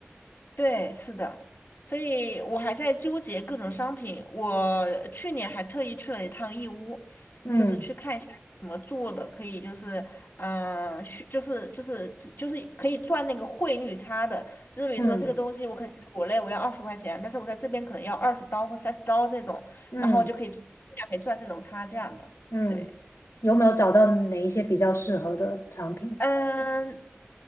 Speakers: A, on the left; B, on the left.
A: 对，是的，所以我还在纠结各种商品。我去年还特意去了一趟义乌，
B: 嗯
A: 就是去看一下怎么做的，可以就是，嗯、呃去就是就是就是可以赚那个汇率差的。就是比如说这个东西，
B: 嗯
A: 我可能在国内我要二十块钱，但是我在这边可能要二十刀或三十刀这种，
B: 嗯
A: 然后就可以尽量可以赚这种差价的。
B: 嗯，
A: 对，
B: 嗯有没有找到哪一些比较适合的产品？
A: 嗯，